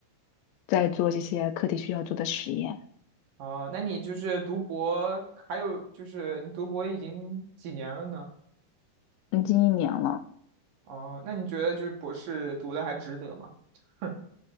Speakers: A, on the left; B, on the right.
A: 在做这些课题需要做的实验。
B: 啊，那你就是读博，还有就是你读博已经几年了呢？
A: 已经一年了，
B: 哦，那你觉得就是博士读的还值得吗？<laughs>